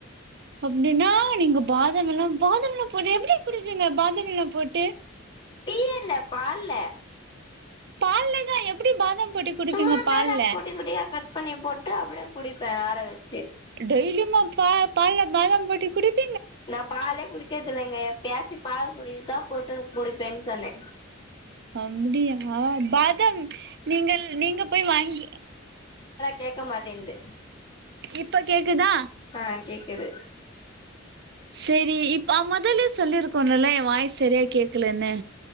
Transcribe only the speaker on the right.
அப்டின்னா நீங்க பாதம் எல்லா பாதம் எல்லா போட்டு எப்டி குடிப்பீங்க பாதம் எல்லா போட்டு
பால்லேதா எப்டி பாதம் போட்டி குடிப்பீங்க
பால்ல
டெய்லிமா ப பால்ல பாதாம் போட்டு குடிப்
அப்புடியா பாதம் நீங்கள் நீங்க போய் வாங்கி
இப்ப கேக்குதா
செரி இப் அ மொதல்லே சொல்லிருக்கோன்னல்லா எ வாய்ஸ் செரியா கேக்கலன்னு